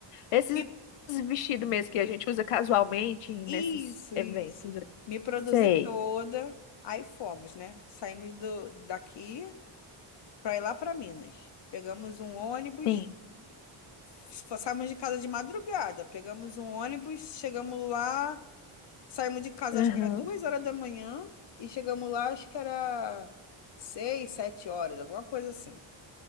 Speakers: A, on the left; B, on the left.
A: Esses
B: Me-
A: vestidos mesmo que a gente usa casualmente
B: Isso,
A: nesses eventos.
B: isso. Me produzi
A: Sei,
B: toda. Aí fomos, né? Saímos do, daqui para ir lá para Minas. Pegamos um ônibus,
A: sim.
B: f- saímos de casa de madrugada. Pegamos um ônibus, chegamos lá, saímos de casa
A: Aham.
B: acho que era duas horas da manhã e chegamos lá acho que era seis, sete horas, alguma coisa assim.